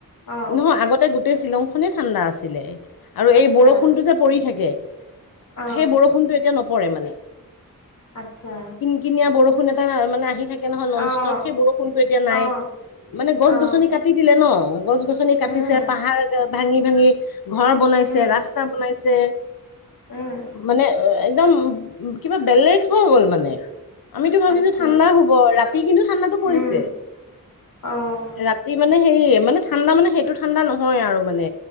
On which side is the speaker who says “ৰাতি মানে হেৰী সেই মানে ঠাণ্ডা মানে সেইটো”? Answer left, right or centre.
Left